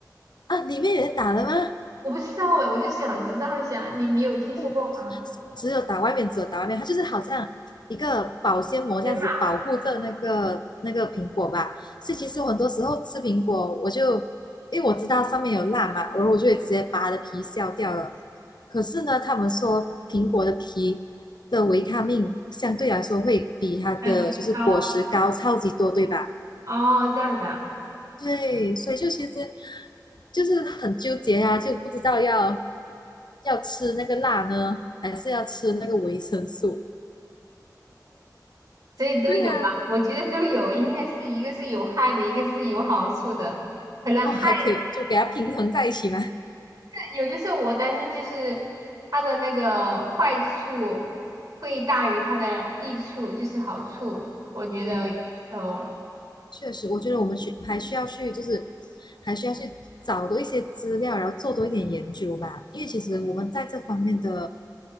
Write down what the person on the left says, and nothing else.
啊，里面也打了吗？
不只有打外面，只有打外面，它就是好像一个保鲜膜这样子保护着那个那个苹果吧。
所以其实我很多时候吃苹果，我就因为我知道上面有蜡嘛，然后我就会直接把它的皮削掉了。可是呢，他们说苹果的皮的维他命相对来说会比它的就是果实高超级多，
对吧？
对，所以就其实就是很纠结啊，就不知道要要吃那个辣呢，还是要吃那个维生素。
对啊，
哦，还可以就给它平衡在一起嘛。
对，确实，我觉得我们去还需要去，就是还需要去找多一些资料，然后做多一点研究吧。因为其实我们在这方面的